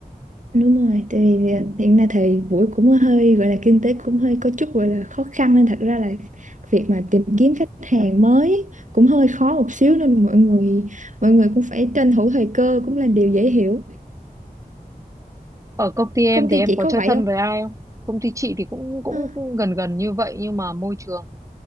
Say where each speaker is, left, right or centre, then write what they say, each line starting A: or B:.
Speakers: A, on the right; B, on the right.
A: đúng rồi tại vì ờ, hiện nay thì Vũ cũng hơi gọi là kinh tế cũng hơi có chút gọi là khó khăn nên thật ra là việc mà tìm kiếm khách hàng mới cũng hơi khó một xíu nên mà mọi người mọi người cũng phải tranh thủ thời cơ cũng là điều dễ hiểu
B: ở công ty em
A: công
B: thì
A: ty
B: em
A: chị
B: có
A: có
B: chơi
A: vậy
B: thân
A: không
B: với ai không công ty chị thì cũng cũng
A: Ờ,
B: cũng gần gần như vậy nhưng mà môi trường